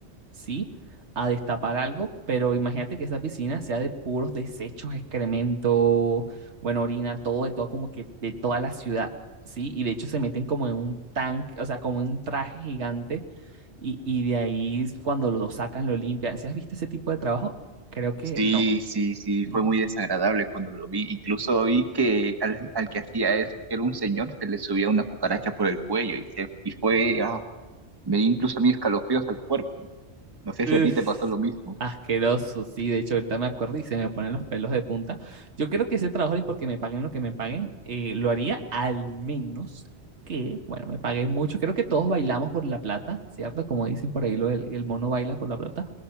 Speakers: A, on the right (about 80°); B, on the right (about 20°).
A: ¿sí? A destapar algo, pero imagínate que esa piscina sea de puros desechos, excremento, bueno, orina, todo, de todo, como que de toda la ciudad, ¿sí? Y de hecho se meten como en un tanque, o sea, como en un traje gigante, y, y de ahí cuando lo sacan, lo limpian. ¿Sí has visto ese tipo de trabajo? Creo que
B: Sí,
A: no,
B: sí, sí,
A: no.
B: fue muy desagradable cuando lo vi. Incluso vi que al, al que hacía eso, que era un señor, se le subía una cucaracha por el cuello y, se, y fue, ah, me dio incluso a mí escalofríos al cuerpo. No sé
A: Uf,
B: si a ti te pasó lo mismo.
A: asqueroso, sí. De hecho, ahorita me acuerdo y se me ponen los pelos de punta. Yo creo que ese trabajo, y porque me paguen lo que me paguen, eh, lo haría al menos que, bueno, me paguen mucho. Creo que todos bailamos por la plata, ¿cierto? Como dicen por ahí, lo del, el mono baila por la plata.